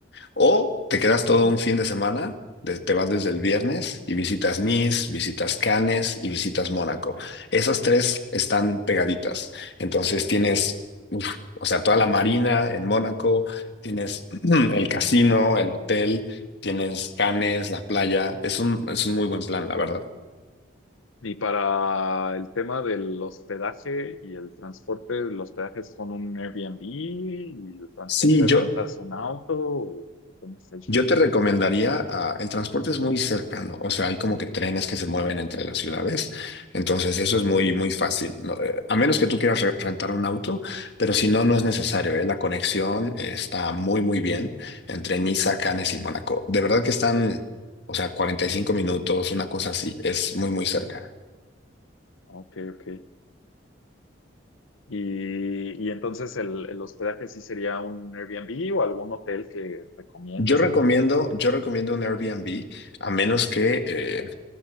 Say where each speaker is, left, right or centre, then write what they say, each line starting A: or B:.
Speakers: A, on the left; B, on the left.
A: O te quedas todo
B: ujú,
A: un fin de semana, de- te vas desde el viernes y visitas Nice, visitas Cannes y visitas Mónaco. Esas tres están pegaditas. Entonces tienes, uf, o sea, toda la marina en Mónaco, tienes <clears throat> el
B: ujú.
A: casino, el hotel, tienes Cannes, la playa. Es un, es un muy buen plan, la verdad.
B: Y para el tema del hospedaje y el transporte, los hospedaje es con un Airbnb y el transporte
A: Sí, yo,
B: rentas un auto o cómo está el show?
A: Yo te recomendaría, ah, el transporte es muy cercano, o sea, hay como que trenes que se mueven entre las ciudades, entonces eso es
B: Ah,
A: muy,
B: Ok,
A: muy fácil, ¿no? Eh, a menos que tú quieras re- rentar un auto, pero si no, no es necesario,
B: ujú.
A: ¿eh? La conexión está muy, muy bien entre Niza, Cannes y Mónaco. De verdad que están, o sea, 45 minutos, una cosa así, es muy, muy cerca.
B: ok, ok. Y, y entonces el, el hospedaje sí sería un Airbnb o algún hotel que recomiendes
A: Yo recomiendo,
B: por ahí
A: yo recomiendo un Airbnb, a menos que, eh,